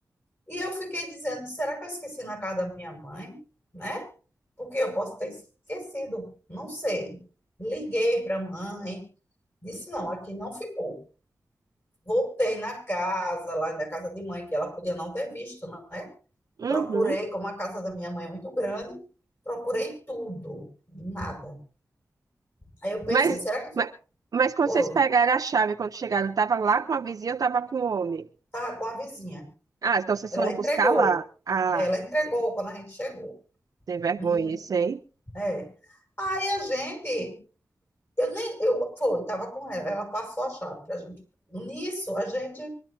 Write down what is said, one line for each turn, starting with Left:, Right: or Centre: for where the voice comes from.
Left: E eu fiquei dizendo, será que eu esqueci na casa da minha mãe, né? Porque eu posso ter esquecido, não sei. Liguei para a mãe, disse, não, aqui não ficou. Voltei na casa, lá na casa de mãe, que ela podia não ter visto, né?
Right: Uhum.
Left: Procurei, como a casa da minha mãe é muito grande, procurei tudo, nada. Aí eu pensei,
Right: Mas,
Left: será que ficou?
Right: mas, mas quando
Left: Oi,
Right: vocês pegaram a chave, quando chegaram, eu tava lá com a vizinha, eu tava com o homem.
Left: Tá com a vizinha.
Right: Ah, então vocês
Left: Ela
Right: foram
Left: entregou.
Right: buscar lá. Ah,
Left: Ela entregou
Right: se-
Left: quando a gente chegou.
Right: sem vergonha
Left: Mu-
Right: isso, hein?
Left: É. Aí a gente, eu nem, eu foi, tava com ela, ela passou a chave pra gente. Nisso, a gente,